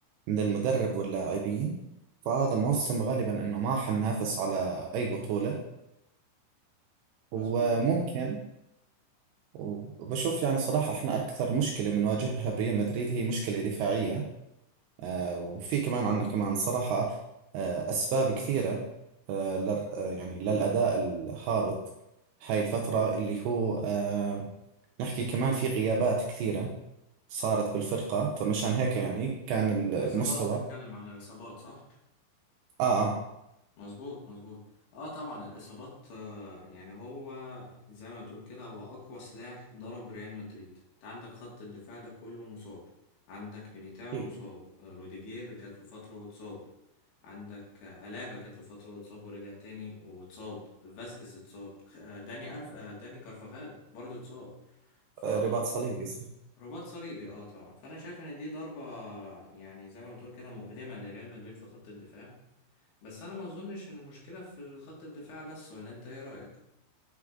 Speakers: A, on the right (about 80°); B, on the left (about 75°).
A: من المدرب واللاعبين فهذا الموسم غالبا إنه ما حننافس على أي بطولة وممكن
B: مظبوط
A: وبشوف يعني صراحة احنا أكثر مشكلة بنواجهها بريال مدريد هي مشكلة دفاعية آه وفي كمان عندنا كمان صراحة آه أسباب كثيرة آه لل آه، يعني للأداء الهابط هاي الفترة اللي هو آه نحكي كمان في غيابات كثيرة صارت بالفرقة فمشان هيك يعني كان
B: الإصابات
A: المستوى
B: بتتكلم عن الإصابات صح؟
A: آه آه
B: مظبوط مظبوط اه طبعا الاصابات آه يعني هو زي ما تقول كده هو اقوى سلاح ضرب ريال مدريد انت عندك خط الدفاع ده كله مصاب عندك ميليتاو
A: في
B: مصاب آه روديجير جات له فتره واتصاب عندك آه الابا جات له فتره واتصاب ورجع تاني واتصاب فاسكيز اتصاب آه داني أرف آه داني كارفاخال برضه اتصاب فاه
A: آه، رباط صليبي صح.
B: رباط صليبي اه طبعا فانا شايف ان دي ضربه يعني زي ما بتقول كده مؤلمه لريال مدريد في خط الدفاع بس انا ما اظنش ان المشكله في خط الدفاع بس ولا انت ايه رايك